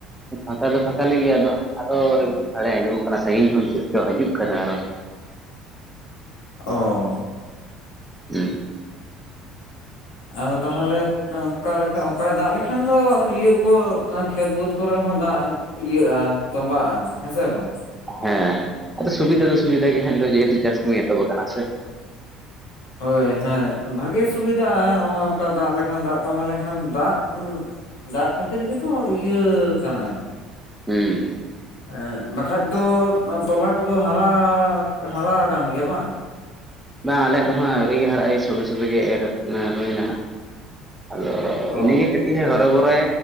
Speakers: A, in the centre; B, on the left.
A: ᱯᱷᱟᱸᱠᱟ ᱫᱚ ᱯᱷᱟᱸᱠᱟ ᱞᱮᱫ ᱜᱮᱭᱟ ᱟᱫᱚ ᱟᱨᱚ ᱨᱤᱢᱤᱞ ᱥᱟᱰᱮ ᱟᱸᱡᱚᱢᱚᱜ ᱚᱱᱟ ᱥᱟᱺᱜᱤᱧ ᱠᱷᱚᱱ ᱪᱮᱫ ᱪᱚ ᱦᱤᱡᱩᱜ ᱠᱟᱱᱟ ᱟᱨᱚ
B: ᱚ
A: ᱦᱮᱸ
B: ᱟᱫᱚ ᱛᱟᱦᱚᱞᱮᱫ ᱚᱱᱠᱟ ᱞᱮᱠᱟ ᱚᱱᱠᱟᱭ ᱫᱟᱜ ᱞᱮᱠᱷᱟᱱ ᱫᱚ ᱤᱭᱟᱹ ᱠᱚ ᱠᱷᱮᱛ ᱵᱟᱹᱫᱽ ᱠᱚᱨᱮ ᱦᱚᱸ ᱫᱟᱜ ᱤᱭᱟᱹᱜᱼᱟ, ᱛᱚᱵᱟᱜᱼᱟ ᱦᱮᱸ ᱥᱮ ᱵᱟᱝ
A: ᱦᱮᱸ ᱟᱫᱚ ᱥᱩᱵᱤᱫᱟ ᱫᱚ ᱥᱩᱵᱤᱫᱟ ᱜᱮ ᱦᱟᱸᱜ ᱱᱤᱛᱚᱜ ᱡᱮᱦᱮᱛᱩ ᱪᱟᱥ ᱠᱟᱹᱢᱤ ᱮᱛᱚᱦᱚᱵ ᱟᱠᱟᱱᱟ ᱥᱮ
B: ᱦᱳᱭ, ᱦᱮᱸ ᱵᱷᱟᱜᱮ ᱥᱩᱵᱤᱫᱷᱟᱜᱼᱟ ᱱᱚᱜᱚᱭ ᱱᱚᱝᱠᱟ ᱫᱟᱜ ᱞᱮᱠᱷᱟᱱ ᱫᱟᱜ ᱛᱚᱸᱵᱟ ᱞᱮᱱᱠᱷᱟᱱ ᱫᱟᱜ <unintelligible> ᱫᱟᱜ ᱠᱷᱟᱹᱛᱤᱨ ᱜᱮᱛᱚ ᱤᱭᱟᱹ ᱟᱠᱟᱱᱟ᱾
A: ᱦᱮᱸ
B: ᱮᱸᱜ ᱵᱟᱠᱷᱟᱡ ᱫᱚ ᱛᱚᱞᱟ ᱠᱚᱫᱚ ᱦᱟᱨᱟ ᱦᱟᱨᱟ ᱟᱠᱟᱱ ᱜᱮᱭᱟ ᱵᱟᱝ?
A: ᱵᱟᱝ ᱟᱞᱮᱭᱟᱜ ᱫᱚ ᱦᱟᱸᱜ ᱟᱹᱣᱨᱤ ᱦᱟᱨᱟᱜ, ᱮ ᱥᱚᱵᱮ ᱥᱚᱵᱮ ᱜᱮ ᱮᱨ ᱦᱩᱭ ᱮᱱᱟ ᱦᱟᱸᱜ᱾ ᱟᱫᱚ
B: ᱚ
A: ᱤᱱᱟᱹ ᱜᱮ <unintelligible> ᱛᱟᱯᱚᱨᱮ